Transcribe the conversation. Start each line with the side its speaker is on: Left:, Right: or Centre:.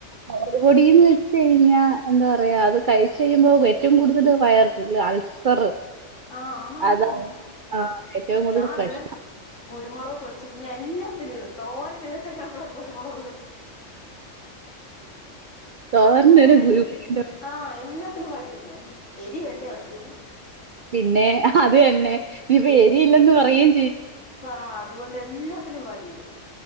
Right: മുളക്പൊടിന്ന് വെച്ച് കഴിഞ്ഞാ എന്താ പറയാ. അത് കഴിച്ച കഴിയുമ്പോ ഏറ്റവും കൂടുതൽ വയറു അൾസർ
Left: ആഹ ആന്നാന്ന്.
Right: അതാ
Left: ഉം.
Right: ആഹ് ഏറ്റവും കൂടുതൽ
Left: ഞാ
Right: പ്രശ്നം
Left: ഇവിടെ കുരുമുക് പൊടിച്ചെച്ച് എല്ലാത്തിലും ഇടും. തോരന് വരെ ഞവിടെ കുരുമുളക് ഇടും.
Right: തോരനൊരു
Left: അത്ട്ടേത്
Right: ഗുരുമുണ്ട്.
Left: ആഹ്. എല്ലാത്തിലും വിരി ഇടും ഞാൻ. എരി വേണ്ടേ അവർക്ക്.
Right: പിന്നെ. അത് തന്നെ. നീപ്പ എരിയില്ലന്ന് പറയും
Left: അപ്പ അതുകൊണ്ട് എല്ലാത്തിലും വരിയിടും.